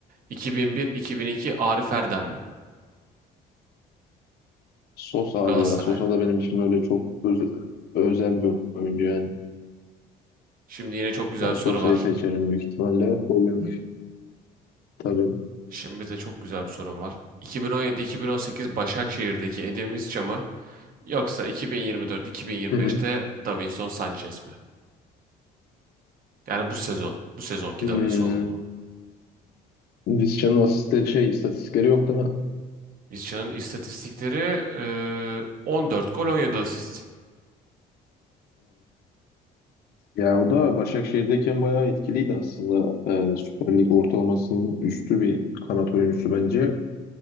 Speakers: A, on the right; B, on the left.
A: 2001-2002 Arif Erdem mi?
B: Sosa
A: Galatasaray'da.
B: abi ya. Sosa da benim için öyle çok öz- özel bir oyuncu yani.
A: Şimdi yine çok güzel
B: Ben
A: bir
B: Sosa'yı
A: soru var.
B: seçerim büyük ihtimalle. Oyun tabii.
A: Şimdi de çok güzel bir sorum var. 2017-2018 Başakşehir'deki Edin Visca mı? Yoksa 2024-2025'te
B: Hı hı.
A: Davinson Sanchez mi? Yani bu sezon. Bu sezonki
B: Hmm.
A: Davinson mu?
B: Vizcan'ın asist şey istatistikleri yok değil mi?
A: Visca'nın istatistikleri eee, 14 gol 17 asist.
B: Ya o da Başakşehir'deyken bayağı etkiliydi aslında. Ee, Süper Lig ortalamasının üstü bir kanat oyuncusu bence.